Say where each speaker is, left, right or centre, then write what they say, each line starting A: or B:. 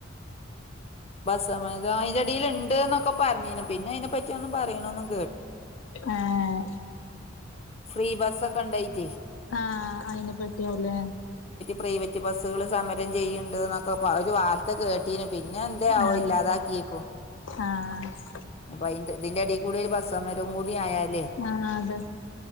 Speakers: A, on the left (about 30°); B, on the left (about 80°).
A: സമരയിന്റെടിൽ ഇണ്ട്ന്നൊക്കെ പറഞ്ഞീനു. പിന്നെ അയിനെ പറ്റി ഒന്നും പറയണൊന്നും
B: ഏഹ
A: ഫ്രീ ബസ്സൊക്കെ ഇണ്ടായിറ്റേ
B: ആഹ്. അയിനെ പറ്റിയാവൂല്ലേ
A: പ്രെവറ്റ് ബസ്സുകൾ സമരം ചെയ്യുണ്ട്ന്നൊക്കെ പ ഒരു വാർത്ത കേട്ടീനു പിന് ഇനന്തേയാവോ
B: ആഹ്
A: ഇല്ലാതാക്കിയേക്കു..
B: ആഹ്
A: അപ്പൊ അയിന്റെ ഇതിന്റെ എടീകൂടെ ഒരു ബസ്സമരും കൂടി ആയാലേ
B: ആ അതെ